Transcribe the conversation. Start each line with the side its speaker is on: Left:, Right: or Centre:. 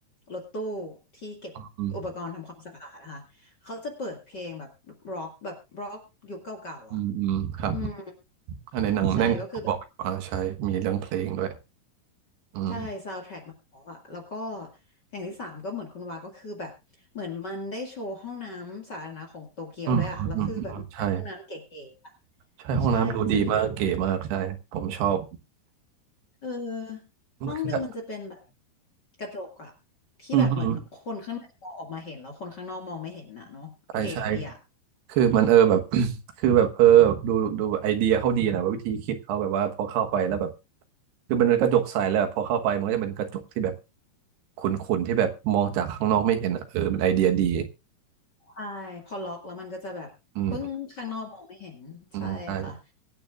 Left: รถตู้ที่เก็บอุปกรณ์ทำความสะอาดนะคะเขาจะเปิดเพลงแบบร็อกแบบร็อกยุคเก่าๆอะ
Right: อืมอืมอืมครับ
Left: อืม
Right: อ่าในหนังในหนังเขาบอกอยู่อ่าใช่มีเรื่องเพลงด้วย
Left: ใช่ก็คือ
Right: อืม
Left: ใช่ซาว์แทร็กมันเพราะอะแล้วก็อย่างที่สามก็เหมือนคุณวาก็คือแบบเหมือนมันได้โชว์ห้องน้ำสาธารณะของโตเกียวด้วยอะแล้วคือแบบมีแต่ห้องน้ำเก๋ๆอะ
Right: อืมอืมอืมอืมใช่ใช่ห้องน้ำดูดีมากเก๋มากใช่ผมชอบ
Left: ใช่มันจะมีเออห้องหนึ่งมันจะเป็นแบบ
Right: คือแบบ
Left: กระจกอะที่แบบเหมือนคนข้างในมองออกมาเห็นแล้วคนข้างนอกมองไม่เห็นอะเนาะเก๋ดีอะ
Right: อืมอืมใช่ใช่คือมันเออแบบ <coughs> <clears throat> คือแบบเออดูดูไอเดียเขาดีนะว่าวิธีคิดเขาแบบว่าพอเข้าไปแล้วแบบคือมันเป็นกระจกใสแล้วแบบพอเข้าไปมันก็จะเป็นกระจกที่แบบขุ่นๆที่แบบมองจากข้างนอกไม่เห็นอ่ะเออเป็นไอเดียดี
Left: ใช่พอล็อกแล้วมันก็จะแบบปึ้งข้างนอกมองไม่เห็นใช่ค่ะ
Right: อืมอืมใช่